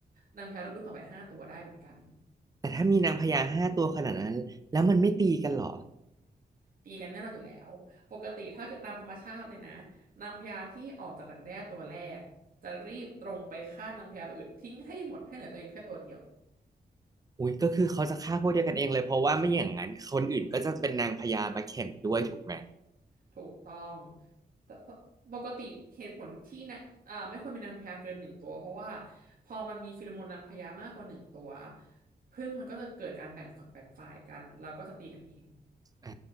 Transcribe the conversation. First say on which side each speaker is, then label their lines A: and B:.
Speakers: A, on the right; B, on the right.
A: นางพญารุ่นต่อไปห้าตัวได้เหมือนกัน
B: แต่ถ้ามีนางพญาห้าตัวขนาดนั้นแล้วมันไม่ตีกันเหรอ
A: ตีกันแน่นอนอยู่แล้วปกติถ้าเกิดตามธรรมชาติเลยนะนางพญาที่ออกจากดักแด้ตัวแรกจะรีบตรงไปฆ่านางพญาตัวอื่นทิ้งให้หมดให้เหลือตัวเองแค่ตัวเดียว
B: อุ้ยก็คือเขาจะฆ่าพวกเดียวกันเองเลยเพราะว่าไม่อย่างนั้นคนอื่นก็จะเป็นนางพญามาแข่งด้วยถูกไหม
A: ถูกต้องแต่ปกติเหตุผลที่นะอ่าไม่ควรเป็นนางพญาเกินหนึ่งตัวเพราะว่าพอมันมีฟีโรโมนนางพญามากกว่าหนึ่งตัวผึ้งมันก็จะเกิดการแบ่งฝักแบ่งฝ่ายกันแล้วก็จะตีกันเอง
B: อ่